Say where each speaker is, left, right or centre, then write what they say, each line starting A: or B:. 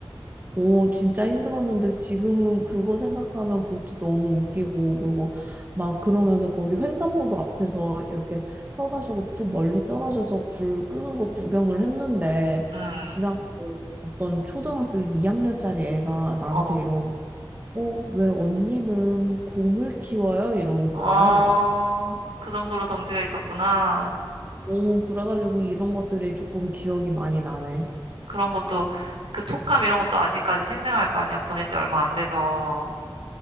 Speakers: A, on the right (about 20°); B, on the right (about 80°).
A: 오, 진짜 힘들었는데 지금은 그거 생각하면 그것도 너무 웃기고 그리고 막 그러면서 거기 횡단보도 앞에서 이렇게 서가지고 좀 멀리 떨어져서 불 끄는 거 구경을 했는데
B: 응,
A: 지나가 어떤 초등학교 2학년짜리 애가 나한테
B: 어,
A: 이러는 거, 어, 왜 언니는 곰을 키워요? 이러는
B: 어,
A: 거야.
B: 그 정도로 덩치가 있었구나.
A: 오, 그래가지고 이런 것들이 조금 기억이 많이 나네.
B: 그런 것도, 그 촉감 이런 것도 아직까지 생생할 거 아니야. 보낸 지 얼마 안 돼서.